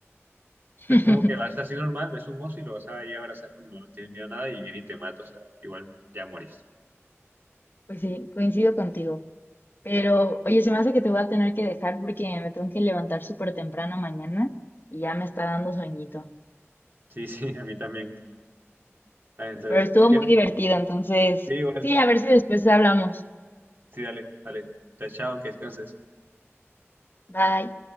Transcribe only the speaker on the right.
O sea, es como que vas así normal, ves un oso y lo vas a ir a abrazar porque no le tienes miedo a nada y viene y te mata, o sea, igual ya moriste.
Sí, sí, <laughs> a mí también. Ah, Entonces,
si quieres,
sí, igual,
sí, dale, dale. Entonces, chao, que descanses.